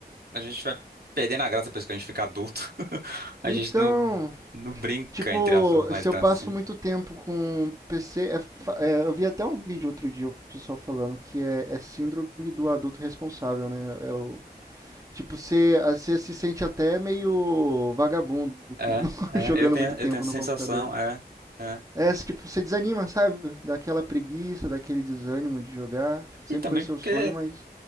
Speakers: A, on the right; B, on the right.
A: a, gente vai perdendo a graça depois que a gente fica adulto. <laughs> A
B: Então,
A: gente não, não brinca,
B: tipo,
A: entre aspas, mais
B: se
A: tanto
B: eu passo
A: assim.
B: muito tempo com PC, é fa- é, eu vi até um vídeo outro dia o pessoal falando que é, é síndrome do adulto responsável, né? É o- tipo, você, você se sente até meio vagabundo
A: É,
B: com- <laughs>
A: é,
B: jogando
A: eu tenho,
B: muito tempo
A: eu tenho essa
B: no
A: sensação,
B: computador.
A: é, é.
B: É, tipo, você desanima, sabe? Daquela preguiça, daquele desânimo de jogar. Sempre
A: E também
B: foi seu
A: porque
B: sonho, mas.